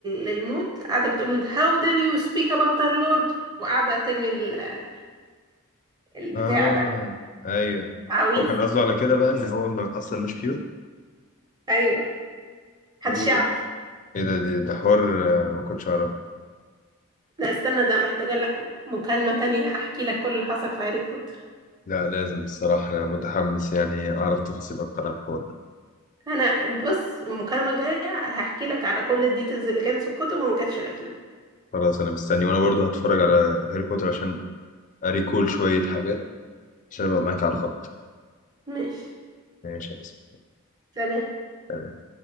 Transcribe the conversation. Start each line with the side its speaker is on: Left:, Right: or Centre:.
Right: للموت قاعدة بتقول له how dare you speak about our lord وقاعدة ترمي ال- البتاع
Left: اه
Right: ده
Left: ايوه
Right: العويذ
Left: هو كان قصده على كده بقى ان هو م- اصلا مش بيور
Right: ايوه محدش
Left: مم.
Right: يعرف
Left: ايه ده دي- ده حوار آه، ما كنتش اعرف
Right: لا استنى ده محتاجة لك مكالمة تانية احكي لك كل اللي حصل في هاري بوتر
Left: لا لازم بصراحة أنا متحمس يعني أعرف تفاصيل أكتر عن الحوار ده
Right: انا بص المكالمة الجاية هحكي لك على كل الديتيلز اللي كانت في الكتب وما كانتش في الافلام
Left: خلاص أنا مستني وأنا برضو هتفرج على هاري بوتر عشان أريكول شوية حاجات عشان أبقى معاك على الخط
Right: ماشي
Left: ماشي يا باسم.
Right: سلام
Left: يلا